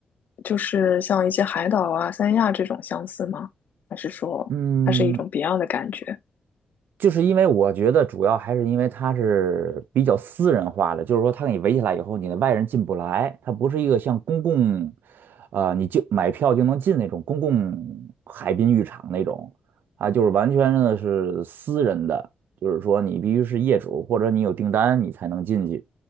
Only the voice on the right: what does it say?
嗯，就是因为我觉得主要还是因为它是比较私人化的，就是说它给你围起来以后，你的外人进不来，它不是一个像公共，呃，你就买票就能进那种公共海滨浴场那种啊，就是完全的是私人的，就是说你必须是业主或者你有订单你才能进去，